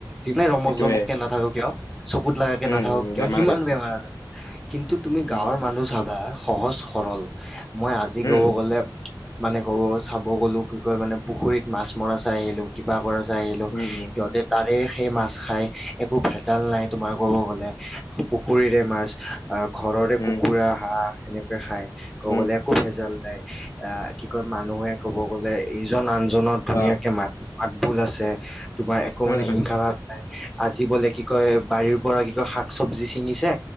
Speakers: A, in the centre; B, on the left.
A: যিমানে ৰমক
B: সেইটোয়ে
A: জমককে নাথাকক কিয় চকুত লগাকে
B: উম,
A: নাথাকক
B: উম,
A: কিয়
B: বেমাৰ
A: সিমান
B: বেছি।
A: বেমাৰ আজাৰ কিন্তু তুমি
B: উম
A: গাঁৱৰ মানুহ চাবা সহজ সৰল, মই আজি
B: উম
A: ক'ব গলে মানে ক'ব চাব গ'লো কি কয় মানে পুখুৰীত মাছ মৰা চাই আহিলো, কিবা কৰা চাই আহিলো,
B: উম উম
A: সিহঁতে তাৰে সেই মাছ খাই, একো ভেজাল নাই তোমাৰ ক'ব গ'লে পুখুৰীৰে মাছ। আহ ঘৰৰে
B: উম
A: কুকুৰা, হাঁহ, সেনেকোৱা খাই কব
B: উম
A: গলে একো ভেজাল নাই। আহ কি কয় মানুহে কব গ'লে ইজন আনজনৰ ধুনীয়া
B: অ
A: মাতবোল আছে, তোমাৰ একো
B: উম
A: মানে
B: উম
A: হিংসা ভাৱ নাই। আজি বোলে কি কয় বাৰীৰ পৰা কি কয় শাক চবজি ছিঙিছে,